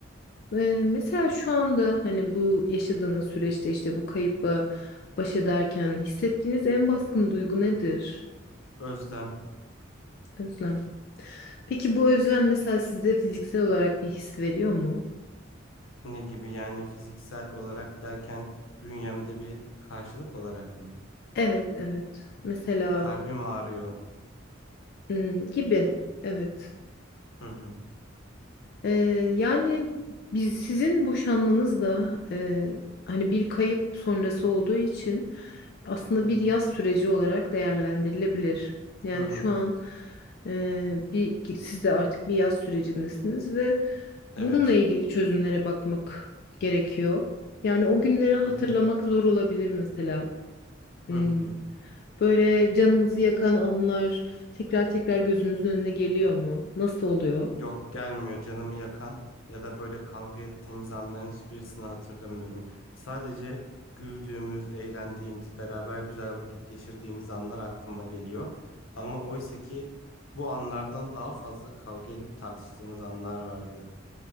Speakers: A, on the left; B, on the left.
A: Ve mesela şu anda hani bu yaşadığınız süreçte işte bu kayıpla baş ederken hissettiğiniz en baskın duygu nedir?
B: Özlem
A: Özlem. Peki bu özlem mesela size fiziksel olarak bir his veriyor mu?
B: ne gibi yani fiziksel olarak derken bünyemde bir karşılık olarak mı?
A: Evet, evet. Mesela
B: Kalbim ağrıyor.
A: hmm, gibi. Evet.
B: Hı hı.
A: Ee, yani biz sizin boşanmanız da e, hani bir kayıp sonrası olduğu için aslında
B: Hı
A: bir
B: hı.
A: yaz süreci olarak değerlendirilebilir. Yani
B: Hı hı.
A: şu an e, bir ki siz de artık bir yaz sürecindesiniz ve
B: Evet.
A: bununla ilgili çözümlere bakmak gerekiyor. Yani o günleri hatırlamak
B: Hı hı.
A: zor olabilir mesela. Hmm,
B: Hı hı.
A: Böyle canınızı yakan anlar tekrar tekrar gözünüzün önüne geliyor mu? Nasıl oluyor?
B: Yok gelmiyor canımı yakan ya da böyle kavga ettiğimiz anların hiçbirisini hatırlamıyorum. Sadece güldüğümüz, eğlendiğimiz, beraber güzel vakit geçirdiğimiz anlar aklıma geliyor. Ama oysa ki bu anlardan daha fazla kavga edip tartıştığımız anlar vardı.